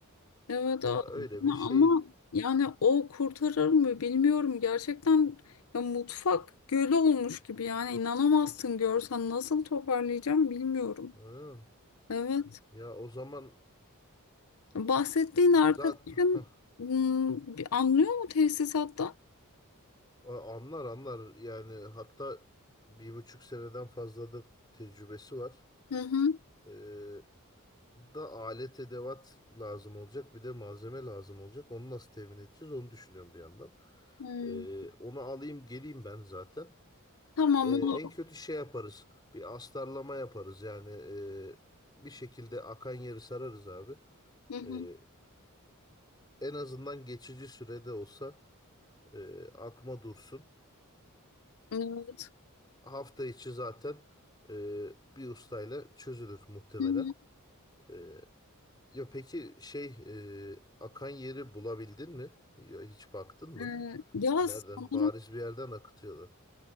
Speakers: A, on the left; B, on the left.
A: Evet a-
B: Ya öyle
A: ama
B: bir şey.
A: ama yani o kurtarır mı bilmiyorum. Gerçekten ya mutfak gölü olmuş gibi yani inanamazsın görsen nasıl toparlayacağım bilmiyorum.
B: Hı.
A: Evet.
B: Ya o zaman
A: Bahsettiğin arkadaşın
B: zaten <laughs>
A: hmm, bir anlıyor mu tesisatta?
B: anlar anlar yani hatta bir buçuk seneden fazladır tecrübesi var.
A: Hı hı.
B: Ee, da alet edevat lazım olacak. Bir de malzeme lazım olacak. Onu nasıl temin edeceğiz onu düşünüyorum bir yandan.
A: Hmm,
B: Ee, onu alayım geleyim ben zaten.
A: Tamam
B: Ee, en
A: olur.
B: kötü şey yaparız. Bir astarlama yaparız. Yani e, bir şekilde akan yeri sararız abi.
A: Hı hı.
B: Ee, en azından geçici sürede olsa e, akma dursun.
A: Evet.
B: Hafta içi zaten e, bir ustayla çözülür muhtemelen.
A: Hı hı.
B: Ee, Ya peki şey e, akan yeri bulabildin mi? Ya hiç baktın mı?
A: Ee, ya
B: Nereden?
A: sanırım
B: Bariz bir yerden akıtıyorlar.